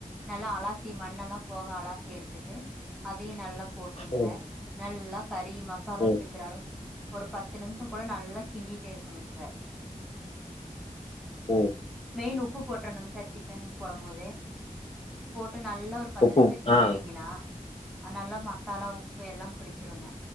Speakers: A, in the centre; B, on the left.
A: நல்லா அலாசி மண்ணெல்லா போக அலாசி எடுத்துட்டு அதையு நல்லா போட்டுங்
B: ம்,
A: சார் நல்லா கறி மசாலா
B: ம்,
A: புடிக்கிற‌ அளவுக் ஒரு பத்து நிமிஷோ போல நல்லா கிண்டிட்டே இருக்கணுங் சார்
B: ம்.
A: மெயின் உப்பு போட்ரனுங் சர் சிக்கன் போடம் போதே போட்டு நல்லா ஒரு பத்து
B: உப்பு
A: நிமிஷோ கிண்டுனீங்னா
B: ஆ
A: அது நல்லா மசாலா உப்பு எல்லா பிடிச்சிருங்க